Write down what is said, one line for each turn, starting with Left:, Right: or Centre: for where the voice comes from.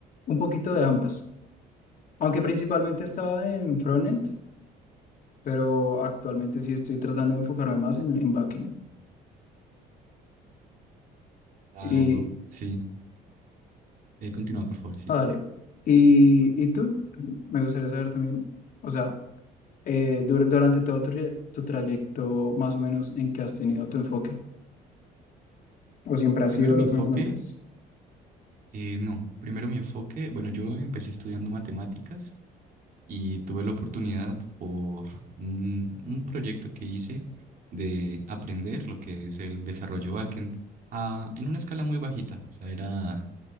Left: un poquito de ambas. Aunque principalmente estaba en frontend, pero actualmente sí estoy tratando de enfocarme más en, en backend.
Right: Claro,
Left: Y,
Right: sí. Eh, continúa, por favor, sí.
Left: ah, dale. ¿Y, y tú? Me gustaría saber también, o sea, eh, dur- durante todo tu, tra- tu trayecto, más o menos en qué has tenido tu enfoque. ¿O siempre ha
Right: Primero
Left: sido
Right: mi
Left: lo
Right: enfoque
Left: que me comentaste?
Right: Eh, no, primero mi enfoque, bueno, yo empecé estudiando matemáticas y tuve la oportunidad por un, un proyecto que hice de aprender lo que es el desarrollo backend a- en una escala muy bajita, o sea, era